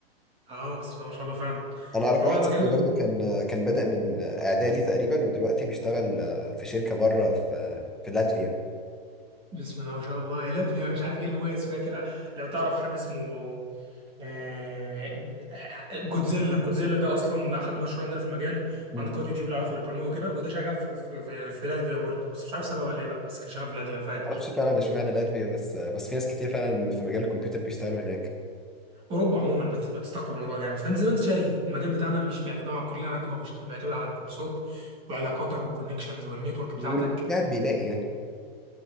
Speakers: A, on the right; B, in the centre.
A: اه بسم الله ما شاء الله فعلا
B: انا اعرف
A: فهو
B: واحد
A: مجال
B: صاحبي برضو كان كان بدأ من اعدادي تقريبا ودلوقتي بيشتغل آه، في شركه بره في في لاتفيا
A: بسم الله ما شاء الله يا لدمي أنا مش عارف ايه المميز فيها كده لو تعرف حد اسمه آه، جودزيلا جودزيلا ده اصلا حد مشهور عندنا في المجال
B: مم.
A: عنده قناه يوتيوب لها علاقه بالبرمجه وكده وده شغال في في في, في لاتفيا برضه بس مش عارف سبب ولا ايه بقى بس كان شغال في لاتفيا فاكر
B: معرفش فعلا اشمعنى لاتفيا بس بس في ناس كتير فعلا في مجال الكمبيوتر بيشتغلوا هناك
A: اوروبا عموما بت- بتستقطب الموضوع جامد فانت زي ما انت شايف المجال بتاعنا مش بيعتمد على الكليه على قد ما بيشت- بيعتمد على الكورسات وعلاقاتك والكونكشنز والنتورك بتاعتك
B: واللي بيجتهد بيلاقي يعني